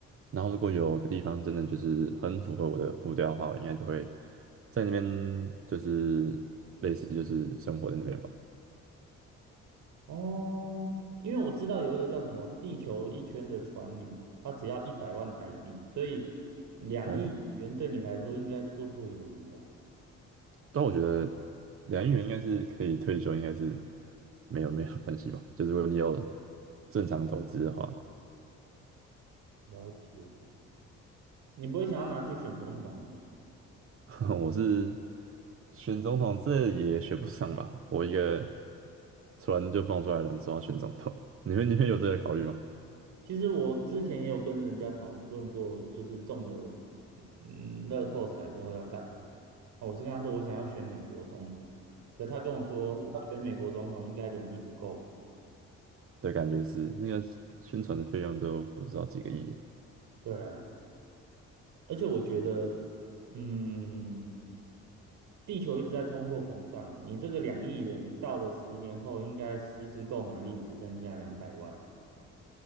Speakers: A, on the right (about 45°); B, on the right (about 75°).
A: 然后如果有个地方真的就是很符合我的步调的话，我应该就会在那边就是类似就是生活在那边吧。
B: 哦，因为我知道有一个叫什么“地球一圈”的船旅，它只要一百万台币，所以两亿美元对你来说应该绰绰有余啦。
A: 哦，但我觉得两亿元应该是可以退休，应该是没有没有关系吧。就是如果你有正常投资的话，
B: 了解，你不会想要拿去选总统吗？
A: <laughs> 我是选总统，这也选不上吧。我一个突然就蹦出来的人说要选总统，你们你们有这个考虑吗？
B: 其实我之前也有跟人家讨论过，就是中了嗯乐透彩之后要干嘛。啊我是跟他说我想要选美国总统，可他跟我说要选美国总统应该两亿不够。
A: 对，感觉是那个宣传的费用都不知道几个亿，
B: 对啊，而且我觉得，嗯，地球一直在通货膨胀，你这个两亿元到了十年后，应该实质购买力只剩下两百万，